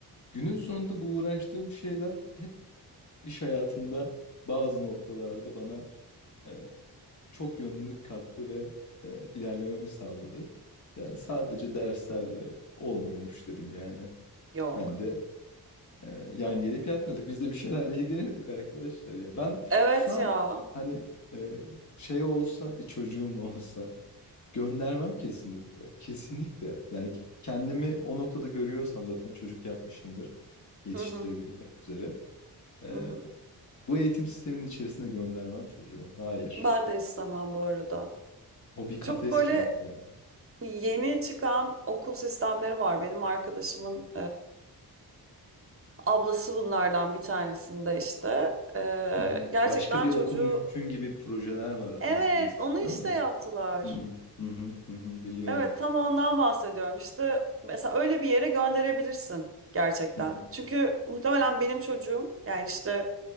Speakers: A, on the left (about 45°); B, on the right (about 35°).
A: Günün sonunda bu uğraştığım şeyler hep İş hayatında bazı noktalarda bana, eee, çok yönlülük kattı ve, eee, ilerlememi sağladı. Yani, sadece derslerle olmuyormuş dedim yani.
B: Yok.
A: Ben de, eee, yan gelip yatmıyorduk. Biz de bir şeylerle ilgileniyorduk arkadaşlar ya. Ben
B: Evet
A: şu an,
B: ya.
A: hani, eee, şey olsa, bir çocuğum <laughs> olsa göndermem kesinlikle. Kesinlikle. Yani, kendimi o noktada görüyorsam zaten çocuk yapmışımdır yetiştirebilmek
B: Hı hı.
A: üzere. Eee,
B: Hı hı.
A: bu eğitim sisteminin içerisine göndermem çocuğu. Hayır.
B: Ben de istemem bu arada.
A: O bir kafes
B: Çok böyle
A: çünkü yani.
B: yeni çıkan okul sistemleri var. Benim arkadaşımın Ablası bunlardan bir tanesinde işte. Ee,
A: Hı hı.
B: gerçekten
A: Başka bir okul
B: çocuğu
A: mümkün gibi projeler var
B: evet
A: Aziz Nesin,
B: onu
A: değil
B: işte
A: mi?
B: yaptılar.
A: Hı hı. Hı hı. Hı hı. Biliyorum.
B: Evet tam ondan bahsediyorum. İşte mesela öyle bir yere gönderebilirsin gerçekten.
A: Hı hı.
B: Çünkü muhtemelen benim çocuğum yani işte